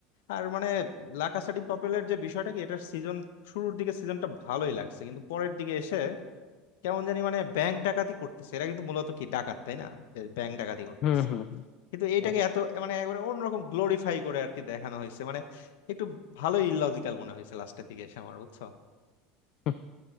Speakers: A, on the left; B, on the left.
A: আর মানে লাকাসাডি পপুলার যে বিষয়টা কি এটার সিজন শুরুর দিকে সিজনটা ভালোই লাগছে কিন্তু পরের দিকে এসে কেমন জানি মানে ব্যাংক ডাকাতি করতেছে এরা কিন্তু মূলত কি ডাকাত তাই না ব্যাংক ডাকাতি করতেছে
B: হুম হুম হুম।
A: কিন্তু এইটাকে
B: হ্যাঁ
A: এত মানে একবারে অন্যরকম গ্লোরিফাই করে আর কি দেখানো হয়েছে মানে একটু ভালোই ইললজিক্যাল মনে হয়েছে লাস্টের দিকে এসে আমার বুঝছো
B: হুম।